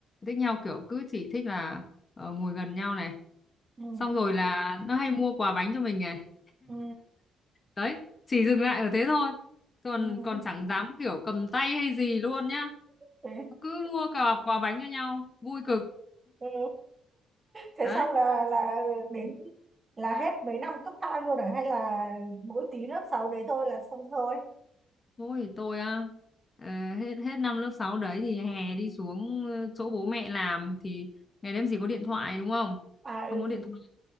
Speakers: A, on the left; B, on the right.
A: Thích nhau kiểu cứ chỉ thích là ờ, ngồi gần nhau này
B: Ừ,
A: xong rồi là nó hay mua quà bánh cho mình này
B: ừ.
A: đấy chỉ dừng lại ở thế thôi còn
B: Ừ, ừ,
A: còn chẳng dám kiểu cầm tay hay gì luôn nhá
B: thế.
A: cứ mua quà quà bánh cho nhau vui cực
B: Ừ. thế
A: đấy
B: xong là là đến là hết mấy năm cấp 2 luôn à hay là mỗi tí lớp 6 đấy thôi là xong thôi
A: ôi tôi à, hết hết năm lớp 6 đấy thì hè đi xuống ờ, chỗ bố mẹ làm thì ngày đêm gì có điện thoại đúng không
B: à ừ
A: không có điện thoại